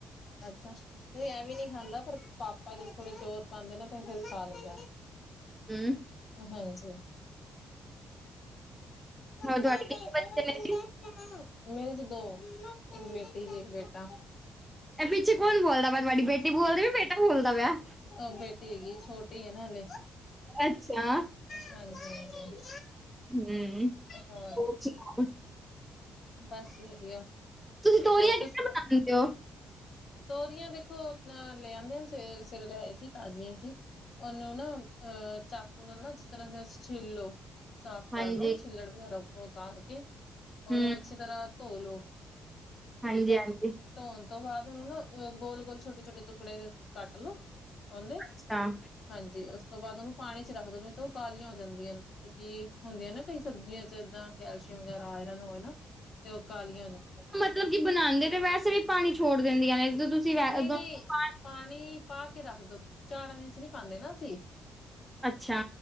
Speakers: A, on the left (about 40°); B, in the centre.
A: ਅੱਛਾ। ਇਹ ਵੀ ਨਹੀਂ ਖਾਂਦਾ ਪਰ ਪਾਪਾ ਜ ਥੋੜੇ ਜ਼ੋਰ ਪਾਉਂਦੇ ਨਾ ਤਾਂ ਫੇਰ ਖਾ ਲੈਂਦਾ।
B: ਹੂੰ
A: ਹਾਂਜੀ। ਕੱਪੜੇ
B: ਹੋਰ ਤੁਹਾਡੇ ਕਿੰਨੇ
A: ਦੇ ਦ।
B: ਬੱਚੇ ਨੇ ਜੀ
A: ਮੇਰੇ ਚ ਦੋ ਇੱਕ ਬੇਟੀ ਜੀ ਇੱਕ ਬੇਟਾ।
B: ਇਹ ਪਿੱਛੇ ਕੌਣ ਬੋਲਦਾ ਵੈਂ ਤੁਹਾਡੀ ਬੇਟੀ ਬੋਲਦੀ ਵ ਬੇਟ ਬੋਲਦਾ ਪਿਆ।
A: ਉਹ ਬੇਟੀ ਹੈਗੀ ਛੋਟੀ ਹੈ ਨਾਲ
B: ਅੱਛਾ।
A: ਹਾਂਜੀ ਹਾਂਜੀ
B: ਹੂੰ
A: ਹੋ
B: ਹੋਰ ਸੁਣਾਓ
A: ਬਸ ਵਧੀਆ।
B: ਤੁਸੀਂ
A: ਹੋਰ
B: ਤੋਰੀਆ
A: ਤੁਸ
B: ਕਿਹੇ ਬਣਾਉਦੇ ਹੋ।
A: ਤੋਰੀਆਂ ਦੇਖੋ ਆਪਣਾ ਲੈ ਆਉਂਦੇਆਂ ਸਵੇ ਸਵੇਰੇ ਲੈਏ ਸੀ ਤਾਜ਼ੀਆਂ ਸੀ ਉਹਨੂੰ ਨਾ ਅ ਚਕੂਨਲ ਚ ਤ ਚਲ ਸਾਫ ਕਢ
B: ਹਾਂਜੀ
A: ਲ ਚਲੜ ਵੀ ਰ ਉਤਾਰ ਕੇ ਉਹਨੂੰ
B: ਹੂੰ
A: ਅੱਛੀ ਤਰ੍ਹਾਂ ਧੋ ਲੋ
B: ਹਾਂਜੀ
A: ਠੀਕ ਹੈ
B: ਹਾਂਜੀ
A: ਧੋਣ ਤੋਂ ਬਾਅਦ ਉਹਨੂੰ ਨਾ ਗੋਲ ਗੋਲ ਛੋਟੇ ਛੋਟੇ ਟੁਕੜੇ ਕੱਟ ਲੋਓ। ਹਦੇ
B: ਅੱਛਾ
A: ਹਾਂਜੀ ਉਸ ਤੋਂ ਬਾਅਦ ਉਹਨੂੰ ਪਾਣੀ ਚ ਰੱਖ ਦਓਦੇ ਤਾਂ ਉਹ ਕਾਲੀਆਂ ਹੋ ਜਾਂਦੀਆਂ ਕਿਉਂਕਿ ਹੁੰਦੀਆਂ ਨਾ ਕਈ ਸਬਜ਼ੀਆਂ ਚ ਇਏਦਾਂ ਕੈਲਸ਼ੀਅਮ ਵਗੈਰਾ ਆਇਰਨ ਹੋਵੇ ਨਾ ਤੇ ਉਹ ਕਾਲੀਆਂ ਜਾਂਦੀਆਂ
B: ਮਤਲਬ ਕਿ ਬਣਉਦੇ ਤੇ ਵੈਸੇ ਵੀ ਪਾਣੀ ਛੋੜ ਦਿੰਦੀਆਂ ਨੇ ਤੁਸੀਂ ਵੈ
A: ਨਹੀਂ
B: ਉਦੋਂ
A: ਨਹੀਂ
B: ਪਾ-
A: ਪਾਣੀ ਪਾ ਕੇ ਰੱਖਦੋ ਚੜਾਂ ਚ ਨਹੀਂ ਪਾਉਂਦੇ ਨਾ ਅਸੀਂ
B: ਅੱਛਾ।